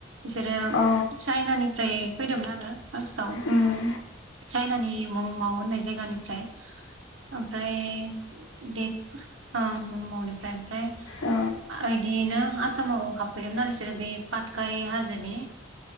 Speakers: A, on the right; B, on the left.
A: बिसोरो
B: अ
A: चाइनानिफ्राय फैदोंमोन आरो फार्स्टाव
B: उम
A: चाइनानि मुं माउ होननाय जायगानिफ्राय ओमफ्राय देट मावनिफ्राय ओमफ्राय
B: अ
A: बिदियैनो <unintelligible> आसामाव हाबफैदोंमोन बेसोरो बे पाटखाय हाजोनि